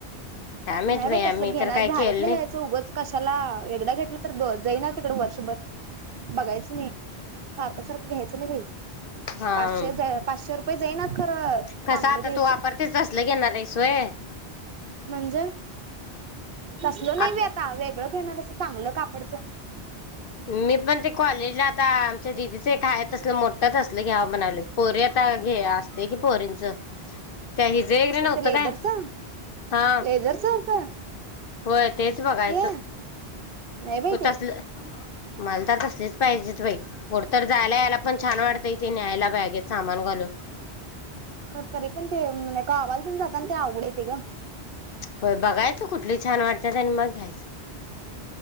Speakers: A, on the left (about 60°); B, on the right (about 60°).
A: काय माहित
B: नाही बाई तसलं
A: आम्ही तर
B: घेणार
A: काय
B: भारीतलं
A: केलं नाही
B: जायचं उगंच कस, चला एकदा घेतलं तर जाई ना तिकडे वर्षभर, बघायचं नाही. सारखं सारखं घ्यायचं नाही बाई
A: हा
B: पाचशे पाचशे, प जाईना खरं
A: कसं
B: चांगलं
A: आता
B: घ्यायचं.
A: तू वापरतेच तसलं घेणार आहेस व्हय
B: म्हणजे, तसल
A: आ
B: नाही मी आता वेगळं घेणारसं चांगलं कापडचं.
A: मी पण ते कॉलेजला आता आमच्या दिदीच एकाय असलं मोठं असलं घ्याव बनवले पोर आता, घे असते की पोरींचं, त्या हिजे
B: कसलं
A: नव्हतं
B: ते लेदरचं
A: काय हा,
B: लेझरच असं
A: होय तेच बघायचं
B: ते नाही बाई
A: होत
B: ते
A: असलं. मला तर तसलीच पाहिजे बाई कूटतर जायला यायला, पण छान वाटतंय त न्यायला बॅगेत सामान घालून. <unintelligible>
B: खर तरी पण ते गावाला तेण जातानाते आवडायचे ग,
A: होय बघायचं कुठली छान वाटतात. आणि मग घ्यायचं,